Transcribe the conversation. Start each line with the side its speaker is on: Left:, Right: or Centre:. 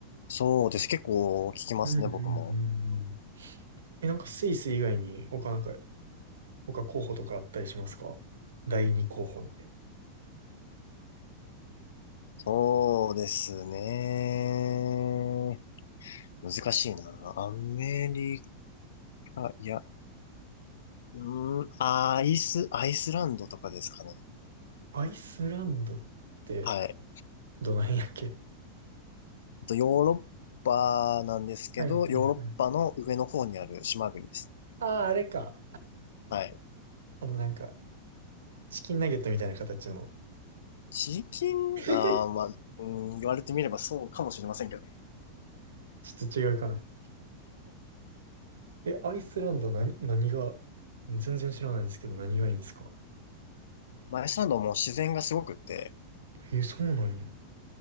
Left: そうです。結構聞きますね、
Right: う。うんうんうんうん。
Left: 僕も。
Right: え、なんかスイス以外に他なんか、他候補とかあったりしますか第二候補みたい
Left: そうですね。難しいな。アメリカ、いや、うーん、アイス、アイスランドとかですかね。
Right: な。アイスランドって
Left: はい。
Right: どの辺やっけ
Left: とヨーロッパなんですけど、
Right: はいはいはい。
Left: ヨーロッパの上の方にある島国です。
Right: ああー、あれか。
Left: はい。
Right: あのなんか、チキンナゲットみたいな形の。
Left: 地域、
Right: <laughs> ち
Left: あー、まあ、うん、言われてみればそうかもしれませんけど、
Right: ょっと違うかな。え、アイスランド何、何が、全然知らないんですけど何がいいんですか
Left: まあアイスランドも自然がすごくって、
Right: え、そうなんや。